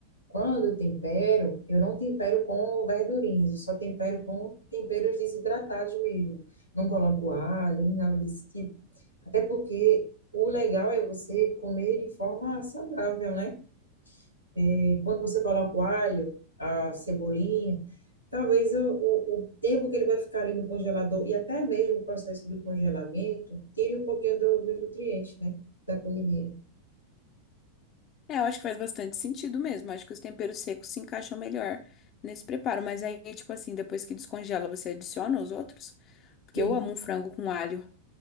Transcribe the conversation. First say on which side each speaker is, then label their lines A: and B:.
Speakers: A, on the left; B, on the left.
A: Quando eu tempero, eu não tempero com verdurinhas, eu só tempero com temperos desidratados mesmo. Não coloco alho, nem nada desse tipo. Até porque o legal é você comer de forma saudável, né? E quando você coloca o alho, a cebolinha, talvez o, o, o tempo que ele vai ficar ali no congelador e até mesmo o processo do congelamento tire um pouquinho do- dos nutrientes, né? Da comidinha.
B: É, eu acho que faz bastante sentido mesmo. Acho que os temperos secos se encaixam melhor nesse preparo. Mas aí, tipo assim, depois que descongela, você adiciona os outros? Porque
A: E
B: eu amo um frango com alho.